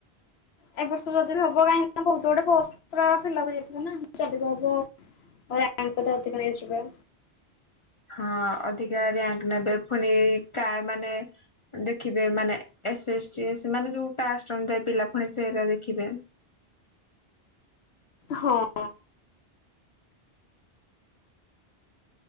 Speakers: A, on the left; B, on the left.
A: ଏ ବର୍ଷ ଯଦି ବି ହବ କାହିଁକି କହୁ ଗୋଟେ ଗୋଟେ ପୋଷ୍ଟ ର ଫିଲ ଉପ ହେଇଯାଇ ଥିବ ନା ହବ ପରେ ଆଙ୍କୁ ତ ଅଧିକ ନେଇଯିବ
B: ହଁ ଅଧିକା ରାଙ୍କ ନେବେ ପୁଣି କା ମାନେ ଦେଖିବେ ମାନେ ଏସ୍ ଏସ୍ଟି ମାନେ ଯୋଉ କାଷ୍ଟ ଅନୁଯାୟୀ ପିଲା ପୁଣି ସୋ ଦେଖିବେ
A: ହଁ